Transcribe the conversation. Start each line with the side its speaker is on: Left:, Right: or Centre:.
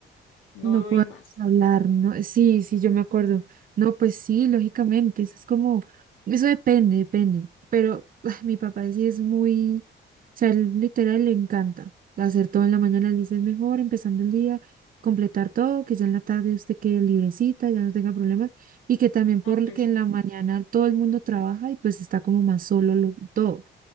Left: no
Right: No
Left: doy
Right: podemos
Left: más.
Right: hablar, no, sí, sí, yo me acuerdo. No, pues sí, lógicamente, eso es como, eso depende, depende. Pero ah, mi papá sí es muy, o sea, él literal le encanta hacer todo en la mañana, él dice es mejor empezando el día, completar todo, que ya en la tarde usted quede librecita, ya no tenga problemas, y que también porque
Left: Ah, pues
Right: en
Left: sí.
Right: la mañana todo el mundo trabaja y pues está como más solo lo- todo,